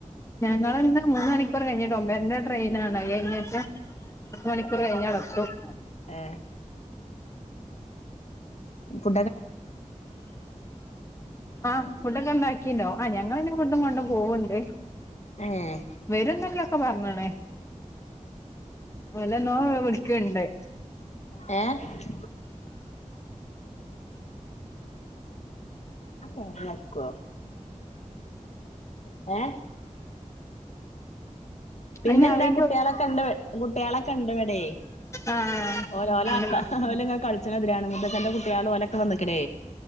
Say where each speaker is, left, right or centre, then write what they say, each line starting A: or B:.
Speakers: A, on the left; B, on the left.
A: ഞാൻ ഇന്നാള് ഇന്ന് മൂന്ന് മണിക്കൂർ കഴിഞ്ഞിട്ട് മുൻപേ പിന്നേ ട്രെയിനാണ് അത് കഴിഞ്ഞിട്ട് അര മണിക്കൂറ് കഴിഞ്ഞേ ബസുള്ള്
B: ഏ ഫു
A: ആഹ് ഫുഡൊക്കെ ഉണ്ടാക്കിണ്ടോ ആ ഞങ്ങള് <unintelligible> ഫുഡും കൊണ്ട് കൊണ്ടും പോവലുണ്ട്
B: ഏഹ്
A: വരുന്നെല്ലൊക്കെ പറഞ്ഞേണ് നല്ല നോവ് അവൾക്കുണ്ട്
B: ഏഹ് ഉണ്ട് ആ <unintelligible> ഏ പിന്നെന്താ
A: അയിന് അയിന്റെ
B: കുട്ടിളൊക്കെ ഉണ്ട് കുട്ടികളൊക്കെ ഒണ്ടവിടെയേ
A: ആഹ്
B: <unintelligible>
A: അയിന്റെ
B: കളിച്ച <unintelligible> മൂത്തശന്റെ കുട്ടികളും ഓലൊക്കെ വന്നക്ക്ണ്.